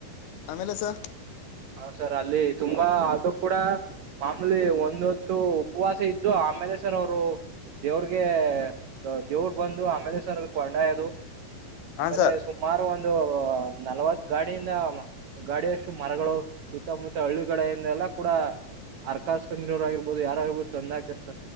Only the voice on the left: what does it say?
ಆಮೇಲೆ ಸ
ಹಾ
ಸರ್